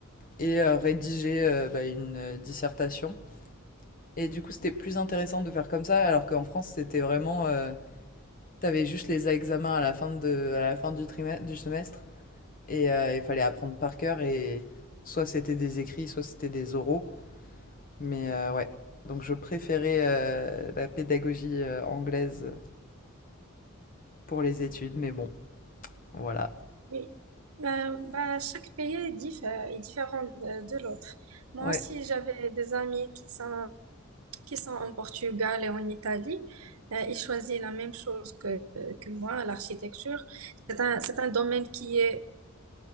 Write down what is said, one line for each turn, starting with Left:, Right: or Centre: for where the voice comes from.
Left: et euh, rédiger euh, bah, une euh, dissertation. Et du coup, c'était plus intéressant de faire comme ça, alors qu'en France, c'était vraiment. euh, T'avais juste les examens à la fin, de, à la fin du, trimestre, du semestre et euh, il fallait apprendre par cœur et soit c'était des écrits, soit c'était des oraux. Mais euh, ouais, donc je préférais euh, la pédagogie euh, anglaise pour les études, mais bon, voilà.
Right: Oui, Euh, bah, chaque pays est, diff- euh, est différent de, de l'autre. Moi
Left: Ouais,
Right: aussi, j'avais des amis qui sont, qui sont en Portugal et en Italie. Euh, ils choisissent la même chose que, que moi, l'architecture. C'est un, c'est un domaine qui est,